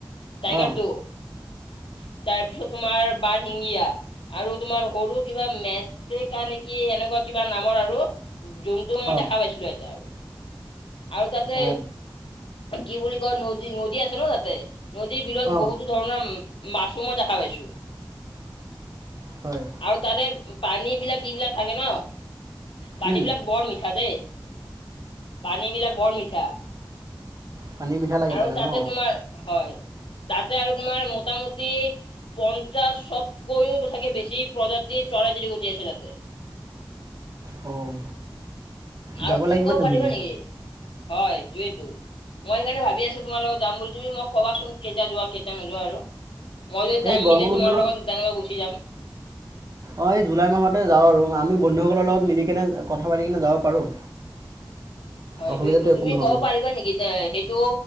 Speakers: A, on the left; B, on the right.
A: টাইগাৰ
B: অ
A: টো <unintelligible> তাৰপিছত তোমাৰ বাৰ শিগিয়া, আৰু তোমাৰ সৰু কিবা মেচকা নেকি এনেকুৱা কিবা নামৰ আৰু যোনটো মই
B: অ
A: দেখা পাইছিলো এতিয়া আৰু <unintelligible> আৰু তাতে
B: অ
A: কি বুলি কয়, নদী নদ নদী আছে ন তাতে নদীৰ বিলত
B: অ
A: বহুতো ধৰণৰ মাছো মই দেখা পাইছো।
B: হয়
A: আৰু তাতে পানী বিলাক যিবিলাক থাকে, ন পানী
B: উম
A: বিলাক বৰ মিঠা দেই। পানী বিলাক বৰ মিঠা,
B: পানী মিঠা লাগে
A: আৰু
B: তাৰে
A: তাতে
B: ন
A: তোমাৰ হয়, তাত আৰু তোমাৰ মোটামুটি পঞ্চাশতকৈও থাকে বেছি প্ৰজাতিৰ চৰাই চৰিকুটি জি আছে তাতে <unintelligible>
B: অ' যাব
A: আৰু তুমি
B: লাগিব
A: ক'ব
B: তেনেহ'লে
A: পাৰিবা নেকি? হয় তয়েইেতো মই সেইকাৰণে ভাবি আছো তোমাৰ লগত যাম বুলি তুমি মোক। কবাচোন কেতিয়া যোৱা কেতিয়া নোযোৱা আৰু? মই যদি টাইম
B: এই গৰম
A: মিলে
B: বন্ধ
A: তোমাৰ লগত তেনেকৈ গুচি যাম।
B: অ এই জুলাই মাহতে যাও আৰু আমি। বন্ধুসকলৰ লগত মিলিকিনে কথা পাতি কিনে যাব পাৰোঁ।
A: হয়
B: অসুবিধাটো
A: এইটোয়টো
B: একো
A: তুমি
B: নহ'ব
A: ক'ব পাৰিবা নেকি এ সেইটো